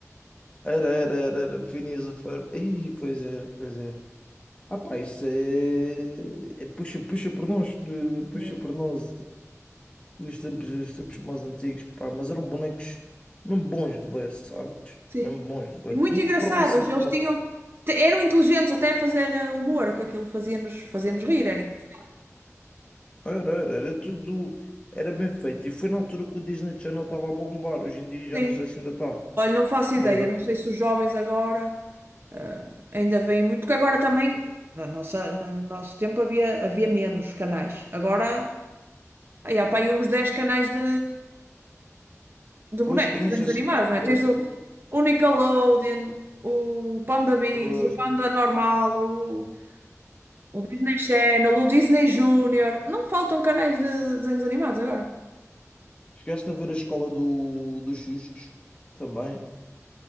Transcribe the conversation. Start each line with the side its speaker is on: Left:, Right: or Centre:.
Left: Era, era, era, era. Phineas e Ferb. Ih, pois era, pois era. Ah pá, isso é... é Puxa, puxa por nós. de- Puxa
Right: mesmo.
Left: por nós. Dos tempos, dos tempos mais antigos, pá. Mas eram bonecos mesmo bons de ver, sabes?
Right: Sim.
Left: Mesmo bons de ver.
Right: E muito
Left: Mesmo
Right: engraçados,
Left: a própria cidade.
Right: eles tinham, te- eram inteligentes até a fazer eh, humor, que aquilo fazia-nos fazia-nos rir. Era engraçado.
Left: Era, era, era tudo, era bem feito. E foi na altura que o Disney Channel estava a bombar. Hoje em dia já
Right: Sim.
Left: não sei se ainda está.
Right: Olha, não faço
Left: Mas
Right: ideia, não sei se os jovens agora eh, ainda veem muito, porque agora também, na nossa, na- no nosso tempo havia, havia menos canais. Agora, aí há para aí uns 10 canais de, de bonecos,
Left: depois, eu não
Right: desenhos
Left: sei
Right: animados,
Left: se chegaste
Right: não é?
Left: a
Right: Tens
Left: ver
Right: o, o Nickelodeon, o Panda Bigs,
Left: as
Right: o Panda Normal, o, o Disney Channel, o Disney Junior. Não faltam canais de de desenhos animados agora.
Left: chegaste a ver a escola do, dos sustos também,